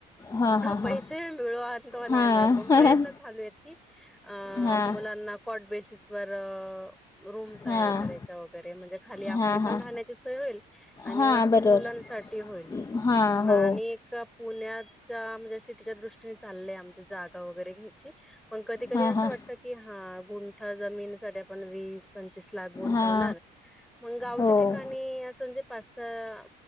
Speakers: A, on the left; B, in the centre.
A: हां हां हां
B: पैसे मिळू आत किंवा नाही
A: हां
B: मिळो पण प्रयत्न चालू आहेत की आ
A: हां
B: मुलांना कोट बेसिस वर रूम तयार
A: हां
B: करायच्या वगैरे म्हणजे खाली आपली
A: हां
B: पण
A: हां
B: राहण्याची सोय होईल आणि
A: हां
B: वरती
A: बरोबर
B: मुलांसाठी होईल
A: हां
B: आणि
A: हो
B: एक पुण्याच्या म्हणजे सिटीच्या दृष्टीने चाललंय आमची जागा वगैरे घ्यायची पण कधी कधी
A: हां
B: असं
A: हां
B: वाटत की हा गुंठा जमीन साठी आपण वीस पंचवीस लाख गुंतवणार
A: हां
B: मग गावच्या
A: हो
B: ठिकाणी असं म्हणजे पाच सहा